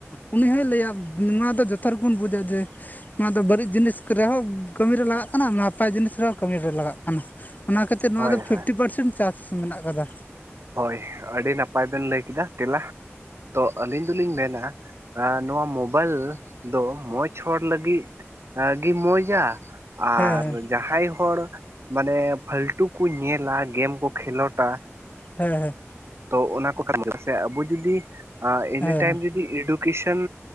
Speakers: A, on the left; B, on the right.
A: ᱩᱱᱤ ᱦᱚᱭ ᱞᱟᱹᱭᱟ ᱱᱚᱣᱟ ᱫᱚ ᱡᱚᱛᱚ ᱦᱚᱲ ᱵᱚᱱ ᱵᱩᱡᱟ ᱡᱮ ᱱᱚᱣᱟ ᱫᱚ ᱵᱟᱹᱲᱤᱡ ᱡᱤᱱᱤᱥ ᱨᱮᱦᱚᱸ ᱠᱟᱹᱢᱤᱨᱮ ᱞᱟᱜᱟᱜ ᱠᱟᱱᱟ ᱱᱟᱯᱟᱭ ᱡᱤᱱᱤᱥ ᱨᱮᱦᱚᱸ ᱠᱟᱹᱢᱤᱨᱮ ᱞᱟᱜᱟᱜ ᱠᱟᱱᱟ ᱚᱱᱟ ᱠᱷᱟᱹᱛᱤᱨ ᱱᱚᱣᱟ
B: ᱦᱳᱭ
A: ᱫᱚ ᱯᱷᱤᱯᱴᱤ
B: ᱦᱳᱭ
A: ᱯᱟᱨᱥᱮᱱ ᱪᱟᱥ ᱢᱮᱱᱟᱜ ᱟᱠᱟᱫᱟ
B: ᱦᱳᱭ ᱟᱹᱰᱤ ᱱᱟᱯᱟᱭ ᱵᱮᱱ ᱞᱟᱹᱭ ᱠᱮᱫᱟ ᱛᱮᱞᱟ ᱛᱚ ᱟᱹᱞᱤᱧ ᱫᱚᱞᱤᱧ ᱢᱮᱱᱟ ᱮ ᱱᱚᱣᱟ ᱢᱚᱵᱟᱭᱤᱞ ᱫᱚ ᱢᱚᱡᱽ ᱦᱚᱲ ᱞᱟᱹᱜᱤᱫ ᱟᱰᱤ ᱢᱚᱡᱟ ᱟᱨ
A: ᱦᱮᱸ ᱦᱮᱸ
B: ᱡᱟᱦᱟᱸᱭ ᱦᱚᱲ ᱢᱟᱱᱮ ᱯᱷᱟᱞᱛᱩ ᱠᱚ ᱧᱮᱞᱟ ᱜᱮᱢ ᱠᱚ ᱠᱷᱮᱞᱳᱰᱟ
A: ᱦᱮᱸ ᱦᱮᱸ
B: ᱛᱚ ᱚᱱᱟ ᱠᱚ ᱠᱟᱨ <unintelligible> ᱥᱮ ᱟᱵᱚ ᱡᱩᱫᱤ ᱮᱱᱤᱴᱟᱭᱤᱢ
A: ᱦᱮᱸ
B: ᱡᱩᱫᱤ ᱮᱰᱩᱠᱮᱥᱚᱱ